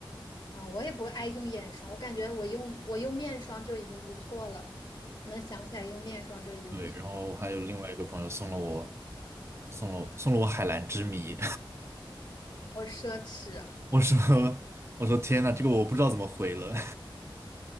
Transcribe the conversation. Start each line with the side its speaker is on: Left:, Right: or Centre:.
Left: 啊，我也不爱用眼霜，我感觉我用我用面霜就已经不错了，能想起来用面霜就已经不错，
Right: 对，然后还有另外一个朋友送了我送了送了我海蓝之谜，
Left: 好奢侈啊！
Right: <laughs> 我说我说天呐，这个我不知道怎么回了